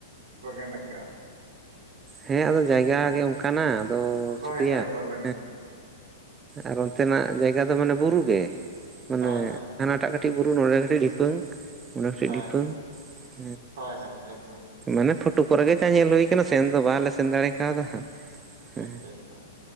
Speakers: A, on the right; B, on the right.
A: ᱵᱟᱜᱟᱱ ᱠᱟᱜᱼᱟ ᱾
B: ᱦᱮᱸ ᱟᱫᱚ ᱡᱟᱭᱜᱟ ᱜᱮ ᱚᱱᱠᱟᱱᱟ ᱟᱫᱚ
A: ᱦᱳᱭ
B: ᱪᱤᱠᱟᱹᱭᱟ
A: ᱦᱳᱭ ᱯᱟᱞᱮᱱ
B: ᱦᱮᱸ ᱟᱨ ᱚᱱᱛᱮᱱᱟᱜ ᱡᱟᱭᱜᱟ ᱫᱚ ᱢᱟᱱᱮ ᱵᱩᱨᱩ ᱜᱮ, ᱢᱟᱱᱮ
A: ᱦᱳᱭ ᱦᱳᱭ
B: ᱦᱟᱱᱟ ᱴᱟᱜ ᱠᱟᱹᱴᱤᱡ ᱵᱩᱨᱩ ᱱᱚᱸᱰᱮ ᱠᱟᱹᱴᱤᱡ ᱰᱷᱤᱯᱟᱹᱝ, ᱚᱸᱰᱮ ᱠᱟᱹᱴᱤᱡ
A: ᱦᱳᱭ
B: ᱰᱷᱤᱯᱟᱹᱝ ᱾
A: ᱦᱳᱭ ᱦᱳᱭ ᱮᱠᱫᱚᱢ
B: ᱦᱮᱸ ᱢᱟᱱᱮ ᱯᱷᱚᱴᱚ ᱠᱚᱨᱮ ᱜᱮ ᱡᱟ ᱧᱮᱞ ᱦᱩᱭ ᱠᱟᱱᱟ ᱥᱮᱱ ᱫᱚ ᱵᱟᱞᱮ ᱥᱮᱱ ᱫᱟᱲᱮ ᱠᱟᱣᱫᱟ ᱦᱮᱸ ᱾ ᱦᱮᱸ
A: ᱟᱪᱪᱷᱟ ᱟᱪᱪᱷᱟ